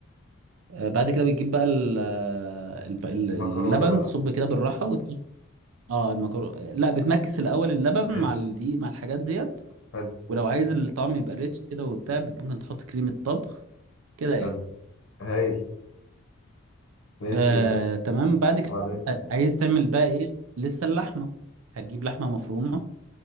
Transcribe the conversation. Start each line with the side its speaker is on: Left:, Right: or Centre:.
Right: آه، بعد كده بتجيب بقى ال- آه، الب- ال-
Left: المكرونة
Right: اللبن
Left: بقى
Right: تصب كده بالراحه وت... اه المكرونه لا بتمكس الاول اللبن
Left: ماشي
Right: مع الدقيق مع الحاجات ديت
Left: حلو
Right: ولو عايز الطعم يبقى ريتش كده وبتاع ممكن تحط كريمه طبخ كده يعني
Left: حلو هايل ماشي
Right: آه تمام بعد كده
Left: وبعدين
Right: بقى عايز تعمل بقى ايه لسه اللحمه هتجيب لحمه مفرومه